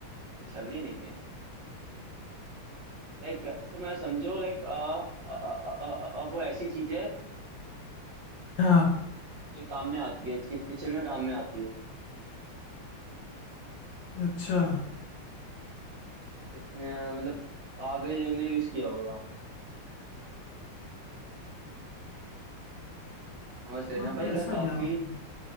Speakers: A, on the right; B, on the left.
A: छलनी नहीं है लाइक तो मैं समझो लाइक आ, आ, आ, आ, आ, आ, वो ऐसी चीज है
B: हाँ
A: जो काम में आती है कि किचन में काम में आती है
B: अच्छा
A: कितने मतलब काफी जिन्होंने यूज किया होगा समझ रहे
B: तो
A: ना भाई मतलब
B: ऐसा
A: काफी
B: क्या होता है